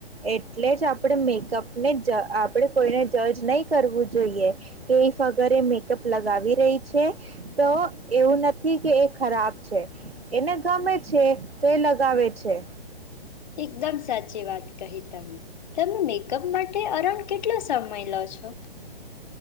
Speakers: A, on the right; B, on the left.
A: એટલે જ આપણે મેકઅપને જ આપણેે કોઈને જજ નહી કરવું જોઈએ કે ઈ વગર મેકઅપ લગાવી રહી છે તો એવું નથી કે એ ખરાબ છે એને ગમે છે તો એ લગાવે છે
B: એકદમ સાચી વાત કહી તમને.. તમે મેકઅપ માટે અરણ કેટલો સમય લો છો